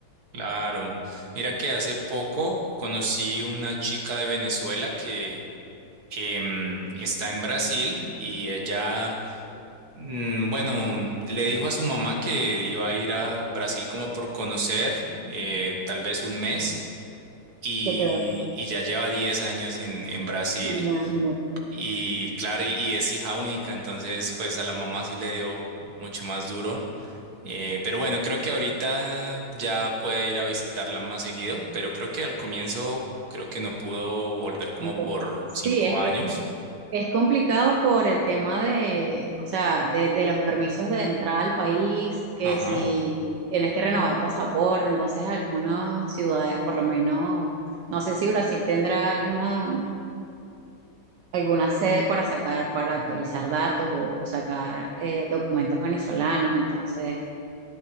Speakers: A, on the right; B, on the right.
A: claro. Mira que hace poco conocí una chica de Venezuela que em, está en Brasil y ella, mm, bueno, mm, le dijo a su mamá que iba a ir a Brasil como por conocer, eh, tal vez un mes. Y,
B: Ya quedó.
A: y ya lleva 10 años en, en Brasil
B: Imagínate.
A: y claro, y, y es hija única, entonces pues a la mamá sí le dio mucho más duro. Eh, pero bueno, creo que ahorita ya puede ir a visitarla más seguido, pero creo que al comienzo creo que no pudo volver como
B: Entonces,
A: por
B: Sí,
A: cinco
B: es
A: años.
B: que Es complicado por el tema de, o sea, de, de los permisos de entrada al país, que
A: Ajá.
B: si tienes que renovar pasaporte, entonces algunas ciudades, por lo menos, no sé si Brasil tendrá alguna, alguna sede para sacar, para actualizar datos o, o sacar eh, documentos venezolanos, entonces